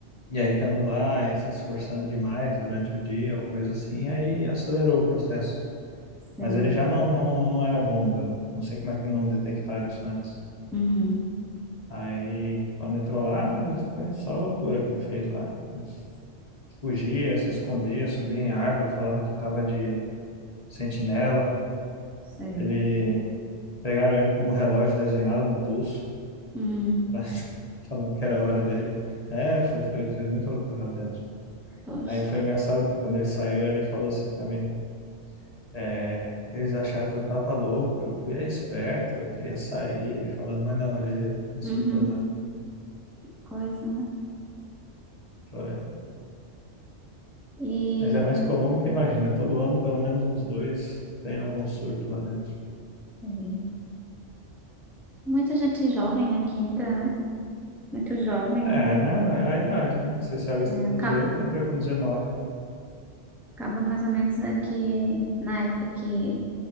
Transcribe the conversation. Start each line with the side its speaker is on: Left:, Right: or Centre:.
Left: E aí, estando lá e se esforçando demais durante o dia ou coisa assim, aí acelerou o processo.
Centre: sei.
Left: Mas ele já não, não, não era bom, da- não sei como é que não detectaram isso antes.
Centre: Uhum,
Left: Aí, quando entrou lá, foi só loucura que ele fez lá. Ele fugia, se escondia, subia em árvore, falava que estava de sentinela.
Centre: sei.
Left: Ele pegaram ele com um relógio desenhado no pulso.
Centre: Hum,
Left: pra- <laughs> falando que era a hora dele. É, foi, foi, fez muita loucura lá dentro.
Centre: poxa.
Left: Aí foi engraçado que quando ele saiu, ele falou assim pra mim, é, eles acharam que eu tava louco, eu fui a esperta, eu queria sair, ele falando, mas não, ele, ele
Centre: Uhum,
Left: surtou mesmo.
Centre: coisa, né?
Left: Foi.
Centre: E
Left: Mas é mais comum do que imagina, né? todo ano pelo menos uns dois tem algum surto lá dentro.
Centre: sei. muita gente jovem aqui entra, né? muito jovem,
Left: É, né? É a idade, né? Você se alista
Centre: é,
Left: com
Centre: acaba,
Left: 18, entra com 19.
Centre: acaba mais ou menos aqui na época que